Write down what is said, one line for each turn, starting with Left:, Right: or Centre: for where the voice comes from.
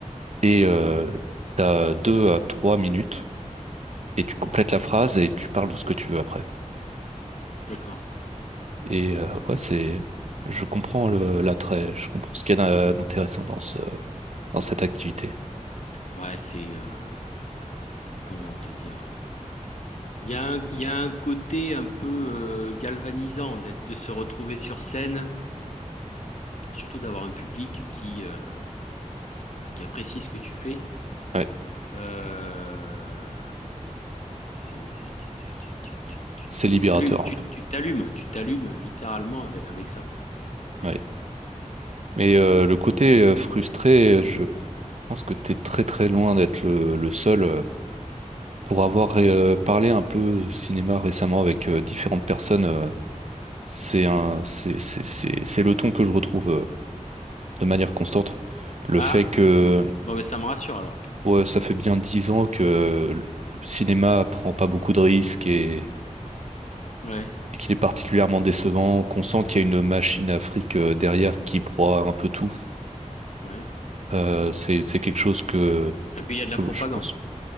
Right: Et euh, t'as deux à trois minutes, et tu complètes la phrase et tu parles de ce que tu veux après.
Left: d'accord.
Right: Et euh, ouais, c'est. Je comprends le- l'attrait, je comprends ce qu'il y a d'in- d'intéressant dans ce, dans cette activité.
Left: Ouais, c'est euh, comment te dire. Il y a un, il y a un côté un peu euh, galvanisant d'être, de se retrouver sur scène, surtout d'avoir un public qui euh, qui apprécie ce que tu fais
Right: Ouais.
Left: Euh, c'est, c'est, tu, tu, tu, tu, tu,
Right: C'est libérateur
Left: tu- t'allumes, tu
Right: un peu.
Left: tu t'allumes, tu t'allumes littéralement avec, avec ça, quoi.
Right: Ouais. Mais euh, le côté euh, frustré, je pense que t'es très très loin d'être le, le seul. euh, Pour avoir euh, parlé un peu cinéma récemment avec euh, différentes personnes, euh, c'est un, c'est, c'est, c'est, c'est le ton que je retrouve euh, de manière constante. Le
Left: Ah,
Right: fait que
Left: bon, mais ça me rassure alors.
Right: ouais, ça fait bien dix ans que le cinéma prend pas beaucoup de risques et,
Left: Ouais,
Right: et qu'il est particulièrement décevant, qu'on sent qu'il y a une machine à fric euh, derrière qui broie un peu tout.
Left: ouais.
Right: Euh, c'est, c'est quelque chose que
Left: Et puis il y a de la
Right: Euh,
Left: propagande.
Right: Je pense,